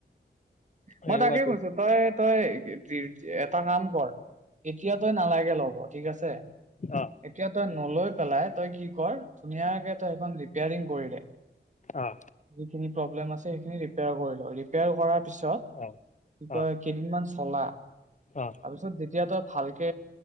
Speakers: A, on the left; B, on the right.
A: সেনেকুৱাটো
B: মই তাকে কৈছোঁ তই তই এটা কাম কৰ এতিয়া তই নালাগে লগত ঠিক আছে
A: অ
B: এতিয়া তই নলৈ- পেলাই তই কি কৰ ধুনীয়াকে তই সেইখন ৰিপাৰিং কৰি দে
A: অ
B: যিখিনি প্ৰব্লেম আছে সেইখিনি ৰিপয়াৰ কৰি' ৰিপেয়াৰ কৰা- পিছত
A: অ
B: কি
A: অ
B: কেইদিনমান চলা
A: অ
B: তাৰপিছত যেতিয়া তই ভালকে